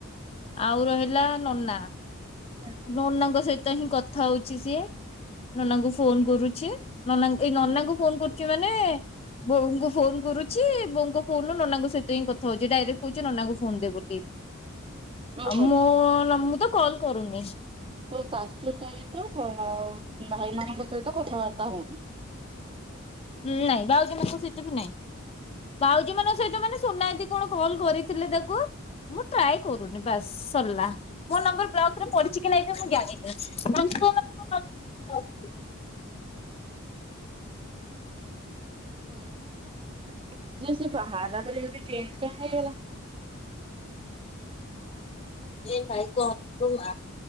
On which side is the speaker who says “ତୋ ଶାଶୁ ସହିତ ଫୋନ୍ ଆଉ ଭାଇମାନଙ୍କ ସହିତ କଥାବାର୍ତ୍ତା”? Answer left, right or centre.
Right